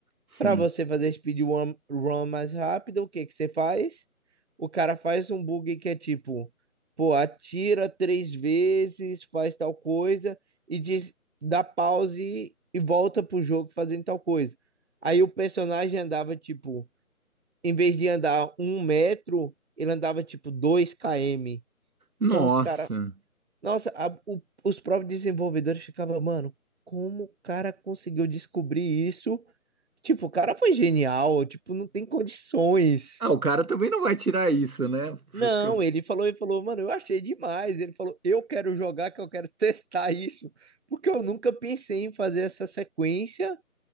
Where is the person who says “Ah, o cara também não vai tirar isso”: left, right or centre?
Right